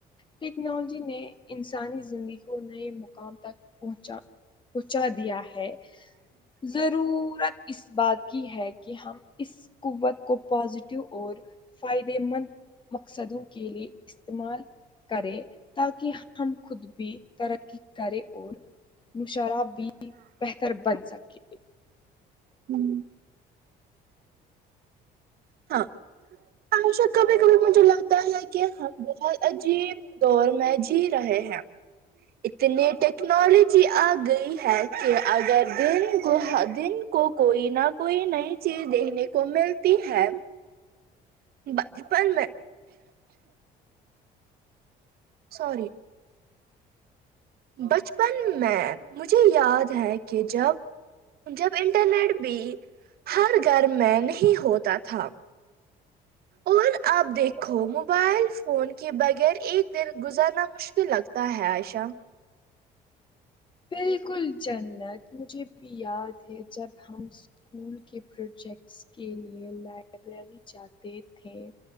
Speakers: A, on the left; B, on the right.
A: ٹیکنالوجی نے انسانی زندگی کو نئے مقام تک پہنچا پہنچا دیا ہے ضرورت اس بات ہے کہ ہم اس قوت کو پازیٹیو اور فائد مند مقصدوں کے لیے استعمال کریں تاکہ ہم خود بھی ترقی کرے اور مشرہ بھی بہتر بن سکے
B: ہوں ہاں اشا کبھی کبھی مجھے لگتا ہے کہ ہم بہت عجیب دور میں جی رہے ہیں اتنی ٹیکنالوجی آ گئی ہے کہ اگر دن کو دن کو کوئی نہ کوئی نئی چیز دیکھنے کو ملتی ہے بچ پ میں سور بچپن میں مجھے یاد ہے کہ جب جب انٹرنیٹ بھی ہر گھر میں نہیں ہوتا تھا اور آپ دیکھو موبائل فون کے بغیر ایک دن گزرنا مشکل لگتا ت ہے ایشا
A: بالکل جنت مجھے بھی یاد ہے جب ہم اسکول کے پروجیکٹس کے لیے لائبریری جاتے تھے